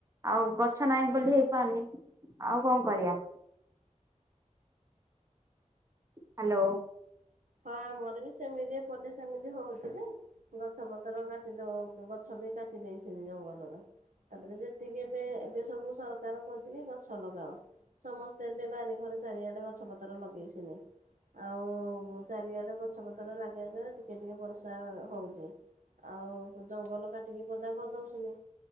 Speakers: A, on the right; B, on the right.
A: ଆଉ ଗଛ ନାହିଁ ବୋଲି ହେଇପାରୁନି ଆଉ କଣ କରିବା। ହ୍ୟାଲୋ।
B: ହଁ ଆମର ବି ସେମିତି ଏପଟେ ସେମିତି ହଉଛି ଯେ ଗଛ ପତ୍ର କାଟିଦଉ ଗଛ ବି କାଟି ଦେଇେସିନି ଜଙ୍ଗଲର ତାପ ଯେତିକି ଏବେ ଏବେ ସବୁ ସରକାର କହୁଛନ୍ତି ଗଛ ଲଗାଅ ସମସ୍ତେ ଏବେ ବାରିଘରେ ଚାରିଆଡେ ଗଛ ପତ୍ର ଲଗେଇସିନି ଆଉ ଚାରିଆଡେ ଗଛ ପତର ଲାଗି ଟିକେ ଟିକେ ବର୍ଷା ହଉଚି ଆଉ ଜଙ୍ଗଲ କାଟିକି ପଦା କରିଦଉଚୁନି